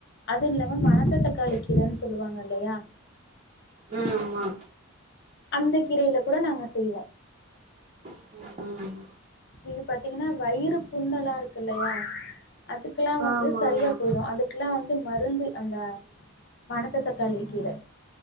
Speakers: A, on the left; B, on the right.
A: அது இல்லாம மனத்த
B: ம்
A: தக்காளி
B: ம்
A: கீரன்னு சொல்லுவாங்க இல்லையா
B: ஆ ஆமா
A: அந்த கீரையில கூட நாங்க செய்வோ
B: ம் ம்
A: இது பாத்தீங்கன்னா வயிறு புண்ணுலா இருக்குல்லையா அதுக்கெல்லா வந்து
B: ஆமா
A: சரியா
B: ஆமா
A: போய்டு அதுக்கெல்லா வந்து மருந்து அந்த மணத்த தக்காளி கீர